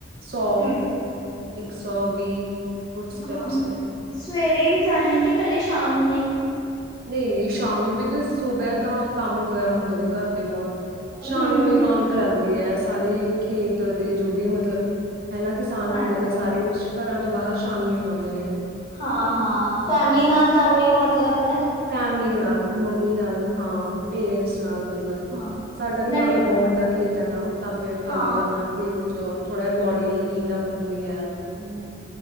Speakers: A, on the right; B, on the left.
A: ਸੌ,
B: ਹਮ ਹਮ
A: ਇੱਕ ਸੌ ਵੀਹ ਫੁਟ ਸਟੈਪਸ
B: ਹਾਂ
A: ਨੇ।
B: ਸਵੇਰੇ ਵੀ ਜਾਂਨੇ ਹੋ ਕਿ ਇਕੱਲੇ ਸ਼ਾਮ ਨੂੰ ਈ?
A: ਨਹੀ-ਨਹੀ, ਸ਼ਾਮ ਨੂੰ ਬਿਕੋਜ ਸੂਬੇ ਤਾਂ ਕੰਮ ਵਗੈਰਾ ਹੁੰਦੇ ਨੇ। ਘਰ ਦੇ ਬਹੁਤ, ਸ਼ਾਮ
B: ਹਮ
A: ਨੂੰ ਹੀ
B: ਹਮ
A: ਰੌਣਕ ਲੱਗਦੀ ਦੀ ਹੈ ਸਾਰੇ ਖੇਤ ਦੇ ਜੋ ਵੀ ਮਤਲਬ ਹਨਾ ਕਿਸਾਨ
B: ਹਾਂਜੀ
A: ਹੁੰਦੇ ਨੇ ਸਾਰੇ ਘਰਾਂ ਤੋਂ ਬਾਹਰ ਸ਼ਾਮ ਨੂੰ ਹੀ ਆਉਂਦੇ ਨੇ।
B: ਹਾਂ - ਹਾਂ ਫੈਮਿਲੀ ਨਾਲ ਜਾਂਦੇ ਹੋ, ਮਤਲਬ ਹਨ?
A: ਫੈਸਿਲੀ ਨਾਲ, ਮੰਮੀ ਨਾਲ ਹਾਂ। ਪੇਰੈਂਟਸ ਨਾਲ ਮਤਲਬ,
B: ਹਾਂ
A: ਸਾਡਾ ਵੀ
B: ਨਾਲੇ
A: ਮਗਰ ਬਹੁਤ ਵੱਡਾ ਖੇਤ ਹੈ ਨਾ, ਤਾਂ ਫਿਰ ਕੰਮ
B: ਹਾਂ
A: ਕਰਨਾ ਖੇਤ 'ਚੋ ਜਾਓ, ਥੋੜਾ ਜਹਾ ਬੋਡੀ ਹੀਟ ਅੱਪ - ਹੁੰਦੀ ਹੈ।
B: ਹਮ।